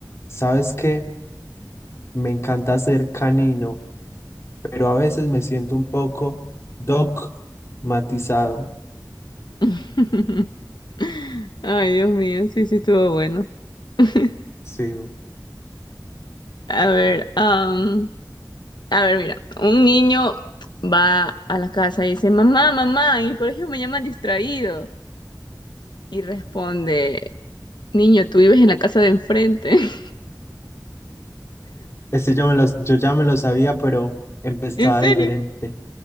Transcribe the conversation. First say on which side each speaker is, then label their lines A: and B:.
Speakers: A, on the left; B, on the left.
A: ¿sabes qué? Me encanta ser canino, pero a veces me siento un poco dogmatizado.
B: <laughs> Ay, Dios mío, sí, sí estuvo bueno. <laughs>
A: Sí.
B: A ver, am, A ver, mira, un niño va a la casa y dice, mamá, mamá, en el colegio me llaman distraído. Y responde, niño, tú vives en la casa de enfrente. <laughs>
A: Este yo, me los, yo ya me lo sabía, pero empezaba
B: ¿En serio?
A: diferente.